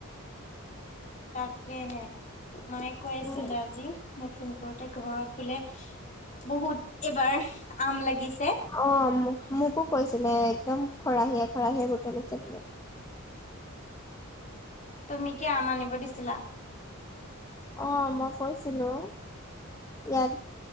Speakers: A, on the left; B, on the left.
A: তাকে হে মায়ে কয়ছিলে
B: উম
A: আজি ফোন কৰোতে ঘৰত বোলে বহুত এবাৰ আম লাগিছে
B: অ মোকো কৈছিলে একদম খৰাহীয়ে খৰাহীয়ে বুটলিছে বোলে
A: তুমি কিয় আম আনিব দিছিলা?
B: অ মই কৈছিলো ইয়াত